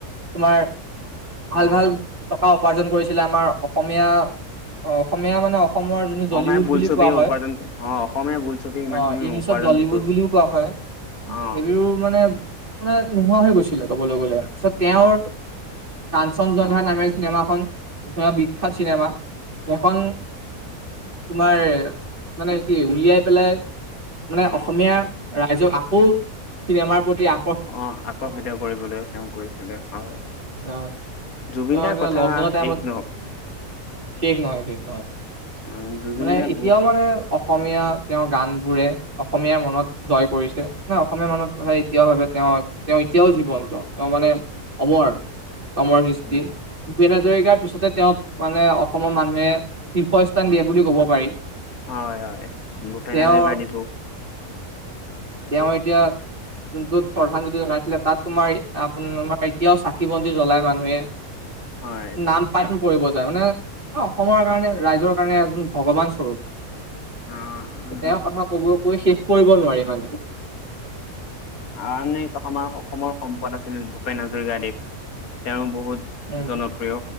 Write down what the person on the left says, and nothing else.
অ
অসমীয়া বোলছবি
উপাৰ্জন অ অসমীয়া বোলছবি ইমানখিনি
উপাৰ্জন
কৰি
অ
অ
অ আকৰ্ষিত কৰিবলৈ তেওঁ কৰিছিলে হয়
জুবিনদাৰ
কথা
শেষ নহক
উম, জুবিন
দাৰ
বহুত
উম
হয় হয় ভূপেন
হাজৰিকা দিপূক
হয়
অ',
আনেে আমাৰ অসমৰ সম্পদ আছিল ভূপেন হাজৰিকাদেৱ তেওঁ বহুত
জনপ্ৰিয়